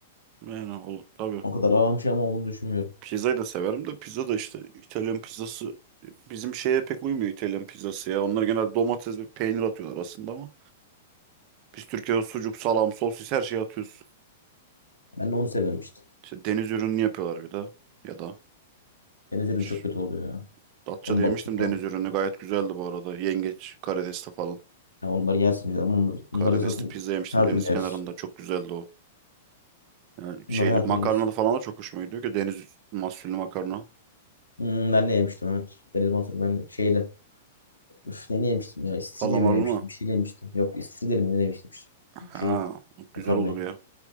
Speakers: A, on the right; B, on the left.
A: yani olur tabii.
B: O kadar ağam şey ama olduğunu düşünmüyorum.
A: Pizzayı da severim de pizza da işte İtalyan pizzası bizim şeye pek uymuyor İtalyan pizzası ya. Onlar genelde domates ve peynir atıyorlar aslında ama biz Türkiye'de sucuk, salam, sosis her şeyi atıyoruz.
B: Ben de onu sevmemiştim
A: İşte deniz ürünü yapıyorlar bir de. Ya da
B: Deniz ürünü
A: Şş,
B: çok kötü oluyor ya.
A: Datça'da
B: Ton
A: yemiştim
B: balıklı falan.
A: deniz ürünü. Gayet güzeldi bu arada. Yengeç, karidesli falan.
B: Ya onları yersin ya. Bunları,
A: Karidesli
B: bunları zaten
A: pizza yemiştim
B: her
A: deniz
B: türlü yeriz.
A: kenarında. Çok güzeldi o. Yani şeyli
B: Bunları her
A: makarnalı
B: türlü yeriz.
A: falan da çok hoşuma gidiyor ki deniz mahsullü makarna.
B: Hmm, ben ne yemiştim evet. Deniz mahsulü ben de şeyde. Üf ne yemiştim ya? İstiridye
A: Kalamarlı
B: mi yemiştim?
A: mı?
B: Bir şeyle yemiştim. Yok istiridye mi ne yemiştim? işte.
A: Ha,
B: Şeyi.
A: güzel
B: Makarnayı.
A: olur ya.